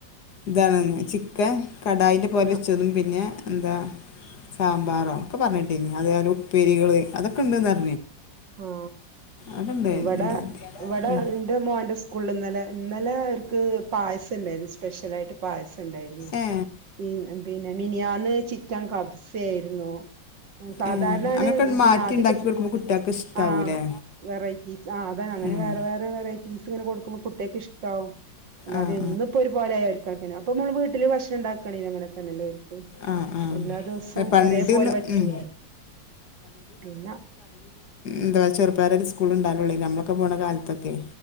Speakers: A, on the left; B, on the right.
A: ഇതാണ് ചിക്കൻ കടായിൻ്റെ പോലെ വെച്ചതതും
B: ആഹ്
A: പിന്നെ എന്താ സാമ്പാറോ ഒക്കെ പറഞ്ഞെ പിന്നെ അതുപലെ ഉപ്പേരികള് അതൊക്കെ ഉണ്ട് അ
B: ആ
A: അതൊക്കെ
B: ഇവിടെ
A: ഉണ്ടാവല്
B: ഇവിടെ
A: ഉം
B: എന്റെ മോന്റെ സ്കൂലില് ഇന്നലെ ഇന്നലെ- ക്ക് പായസം ഉണ്ടായിരുന്നു സ്പെഷ്യലായിട്ട് പായസം ഉണ്ടായിരുന്നു
A: ഏ
B: മ് പിന്നെ മിനിയാന് ചിറ്റൻ കബ്സ ആയിരുന്നു സാധാരണാന്
A: ഏ അങ്ങനൊക്കെ
B: പിന്നെ
A: മാറ്റി
B: ആദ്യൊക്കെ
A: ഉണ്ടാക്കി
B: സ്കു
A: കൊടുക്കുമ്പോൾ കുട്ടികൾക്ക് ഇഷ്ടാവൂലേ
B: ആ വെറൈറ്റി ആ അതാണ് അങ്ങനെ
A: ഉം
B: വേറെ വേറെ വെറൈറ്റീസ് ഇങ്ങനെ കൊടുക്കുമ്പൊ- കുട്ടികക്ക് ഇഷ്ടാവും അല്ലാതെ
A: ആഹ്
B: എന്നിപ്പം ഒരു പോലെ ആയ അവർക്ക് <unintelligible> അപ്പം മ്മള് വീട്ടില് ഭക്ഷണം ഇണ്ടാക്കണില്ലെ അങ്ങനെ തന്നല്ലേ ഇവർക്ക്
A: ആഹ് ആഹ്
B: എല്ലാ ദിവസവും
A: ആഹ് പണ്ട്ന്ന്
B: ഒരേ പോലെ പറ്റൂലല്ലോ
A: ഉം
B: പിന്നെ-
A: എന്തുവ ചെറുപയർ വച്ചിട്ട് സ്കൂള് ഉണ്ടാകൂലെ നമ്മളൊക്കെ പോണ കാല തക്കെ